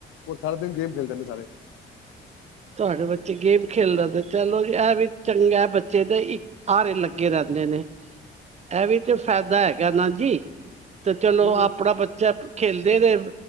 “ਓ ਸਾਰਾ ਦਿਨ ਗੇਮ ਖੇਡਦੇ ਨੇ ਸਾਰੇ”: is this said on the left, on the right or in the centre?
Left